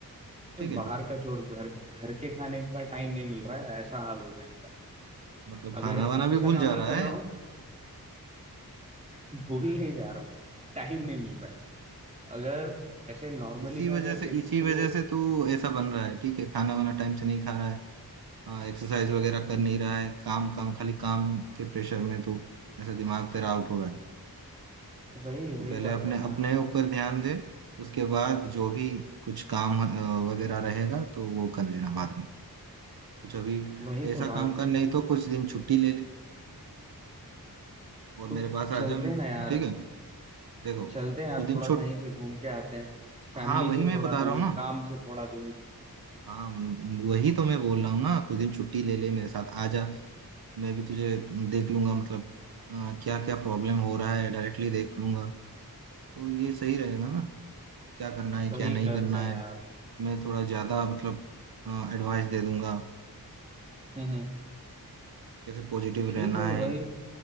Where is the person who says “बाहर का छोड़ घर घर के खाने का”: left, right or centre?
Right